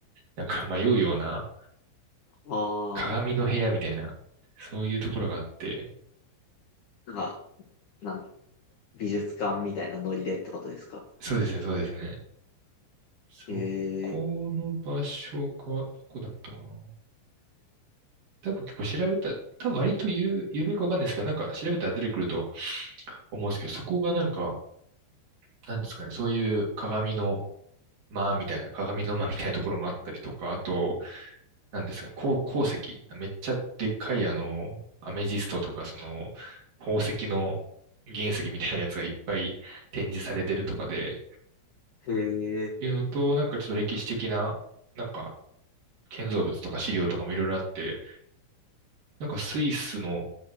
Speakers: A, on the right (about 45°); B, on the left (about 65°).
A: なんか迷うような
B: ああ
A: 鏡の部屋みたいな、そういうところがあって、
B: なんか、なんか美術館みたいなノリでってことですか
A: そうですね、そうですね。そこの場所が、
B: へえ、
A: どこだったかな。多分結構調べた、多分割と有、有名かわかんないですけど、なんか調べたら出てくると思うんですけど、そこがなんか、なんですかね、そういう鏡の間みたいな、鏡の間みたいなところもあったりとか、あと、なんですか、鉱、鉱石。めっちゃでっかい、あの、アメジストとか、その、宝石の原石みたいなやつがいっぱい展示されてるとかで、っ
B: へえ。
A: ていうのと、なんかちょっと歴史的な、なんか、建造物とか資料とかもいろいろあって、なんかスイスの